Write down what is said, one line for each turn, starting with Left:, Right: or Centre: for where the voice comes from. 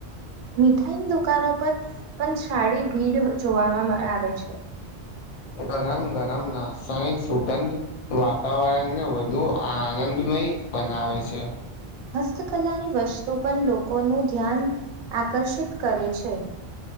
Right: મીઠાઈની દુકાનો પર પણ સારી ભીડ જોવામાં આવે છે.
Left: ગરમ ગરમ નાસ્તા સુગંધ વાતાવરણને વધુ આનંદમય બનાવે છે.
Right: હસ્તકલાની વસ્તુ પણ લોકોનું ધ્યાન આકર્ષિત કરે છે.